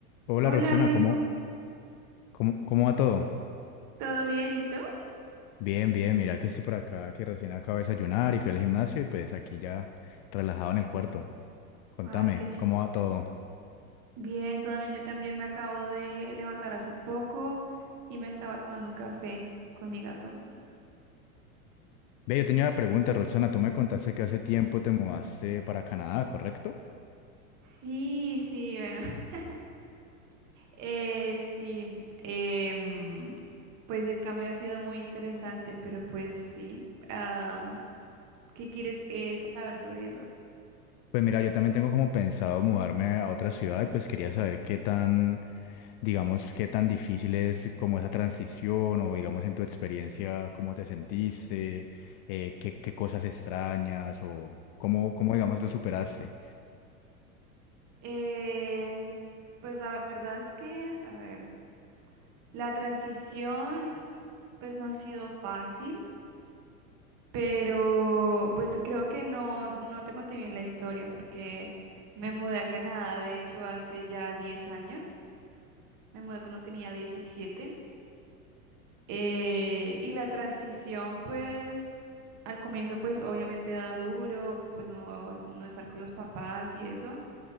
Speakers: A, on the left; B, on the right.
A: Hola
B: Hola
A: Roxana,
B: Alejo,
A: ¿cómo, cómo, cómo va todo?
B: ¿todo bien y tú?
A: Bien, bien, mira que estoy por acá, que recién acabo de desayunar y fui al gimnasio y pues aquí ya relajado en el cuarto. Contame,
B: Ay, qué chévere.
A: ¿cómo va todo?
B: Bien, todo bien. Yo también me acabo de levantar hace poco y me estaba tomando un café con mi gato.
A: Ve, yo tenía una pregunta, Roxana, tú me contaste que hace tiempo te mudaste para Canadá, ¿correcto?
B: Sí, sí, bueno, <laughs> eh, sí. em, pues el cambio ha sido muy interesante, pero pues sí. ah, ¿qué quieres eh, saber sobre eso?
A: Pues mira, yo también tengo como pensado mudarme a otra ciudad y pues quería saber qué tan, digamos, qué tan difícil es como esa transición o digamos en tu experiencia, cómo te sentiste, eh, qué, qué cosas extrañas o cómo, cómo digamos lo superaste.
B: Eh, pues la verdad es que, a ver, la transición pues no ha sido fácil. Pero pues creo que no, no te conté bien la historia porque me mudé a Canadá, de hecho, hace ya 10 años. Me mudé cuando tenía diecisiete Eh, y la transición, pues, al comienzo, pues, obviamente da duro, pues, no, no estar con los papás y eso.